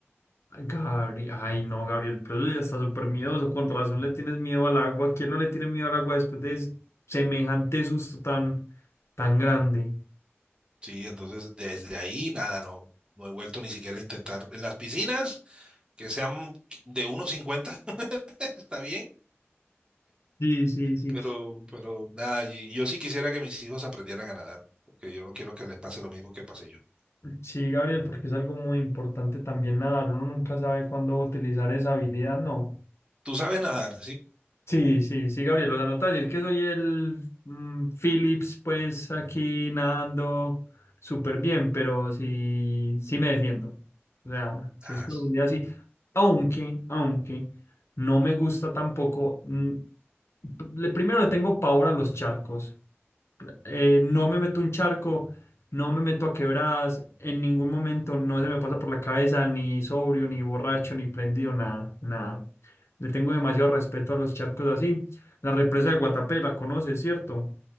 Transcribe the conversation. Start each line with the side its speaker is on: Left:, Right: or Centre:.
Left: Gabriel, ay no, Gabriel, pero eso ya está súper miedoso, con razón le tienes miedo al agua. ¿Quién no le tiene miedo al agua después de s- semejante susto tan, tan grande?
Right: Sí, entonces desde ahí nada, no, no he vuelto ni siquiera a intentar. En las piscinas, que sean de uno cincuenta <laughs> está bien.
Left: Sí, sí, sí.
Right: Pero, pero nada, y- yo sí quisiera que mis hijos aprendieran a nadar, porque yo no quiero que les pase lo mismo que pasé yo.
Left: Sí, Gabriel, porque es algo muy importante también nadar. Uno nunca sabe cuándo utilizar esa habilidad, ¿no?
Right: ¿Tú sabes nadar, sí?
Left: Sí, sí, sí, Gabriel, lo anotas decir que soy el mm, Phillips, pues aquí nadando súper bien, pero sí, sí me defiendo. O sea, si
Right: Ah,
Left: es profundidad, sí. Aunque, aunque no me gusta tampoco. mm, p- le- primero le tengo pavor a los charcos eh, no me meto un charco, no me meto a quebradas, en ningún momento no se me pasa por la cabeza ni sobrio, ni borracho, ni prendido, nada, nada. Le tengo demasiado respeto a los charcos así. La represa de Guatapé la conoces, ¿cierto?